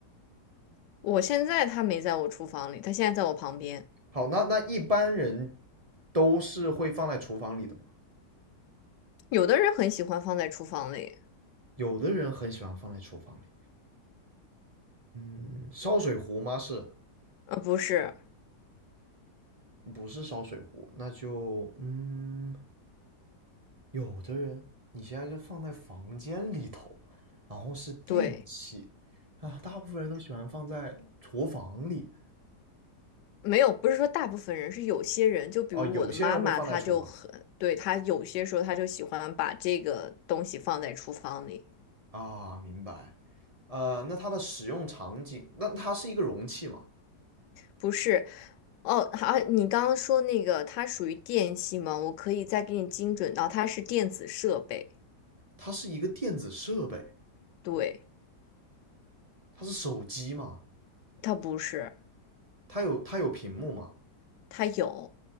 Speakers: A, on the left; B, on the right.
A: 我现在它没在我厨房里，它现在在我旁边。
B: 好，那那一般人都是会放在厨房里的嘛？
A: 有的人很喜欢放在厨房里，
B: 有的人很喜欢放在厨房里。嗯，烧水壶吗？是
A: 呃，不是，
B: 不是烧水壶？那就嗯，有的人你现在就放在房间里头，然后是电器
A: 对，
B: 啊，大部分人都喜欢放在厨房里。
A: 没有，不是说大部分人，是有些人，就比如我的妈妈，
B: 哦，有些人会放在厨房。
A: 她就很，对，她有些时候她就喜欢把这个东西放在厨房里，
B: 啊，明白。呃，那它的使用场景，那它是一个容器嘛？
A: 不是。哦，好，你刚刚说那个它属于电器吗？我可以再给你精准到它是电子设备，
B: 它是一个电子设备，
A: 对，
B: 它是手机嘛？
A: 它不是。
B: 它有它有屏幕嘛？
A: 它有